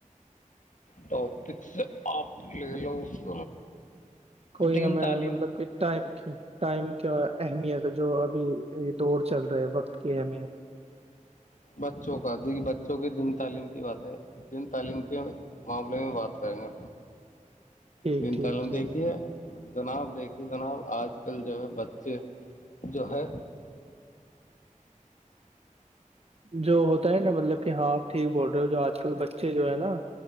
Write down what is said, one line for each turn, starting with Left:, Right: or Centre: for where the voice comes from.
Left: ٹاپکس آپ لے لو اس
Right: کوئی
Left: دین
Right: ہمیں
Left: تعلیم
Right: مطلب کہ ٹائم کی ٹائم کا اہمیت جو ابھی دوور چل رہا ہے وقت کی اہمیت
Left: بچوں کا دیکھیے بچوں کے دن تعلیم کی بات ہے جن تعلیم کے معاملے میں بات کریں گے
Right: ٹھیک
Left: تین
Right: ٹھیک
Left: تلم
Right: ٹھیک
Left: دیکھیے جناب دیکھیے جناب آج کل جو ہے بچے جو ہے
Right: جو ہوتا ہے نا مطلب کہ ہاں آپ ٹھیک بول رہے ہو جو آج کل بچے جو ہے نا